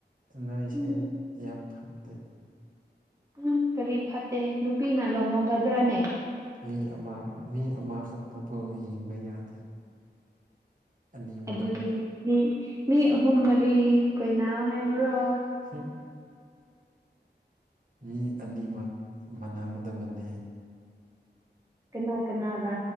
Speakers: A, on the right; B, on the right.
A: ꯅꯣꯏꯁꯦ
B: ꯎꯝ
A: ꯌꯥꯝ ꯐꯠꯇꯦ
B: ꯎꯪ ꯀꯔꯤ ꯐꯠꯇꯦ ꯅꯨꯄꯤꯅ ꯂꯍꯣꯡꯒꯗ꯭ꯔꯥꯅꯦ
A: ꯃꯤ ꯑꯃ ꯃꯤ ꯑꯃꯈꯛꯇꯕꯨ ꯌꯦꯡꯕ ꯌꯥꯗꯦ ꯑꯅꯤꯃꯛ
B: ꯑꯗꯨꯗꯤ ꯃꯤ ꯃꯤ ꯑꯍꯨꯝ ꯃꯔꯤ ꯀꯣꯏꯅꯥꯎ ꯍꯥꯏꯕ꯭ꯔꯣ
A: ꯍꯝ ꯃꯤ ꯑꯅꯤꯃꯛ ꯃꯥꯟꯅꯒꯗꯕꯅꯦ
B: ꯀꯅꯥ ꯀꯅꯥꯒ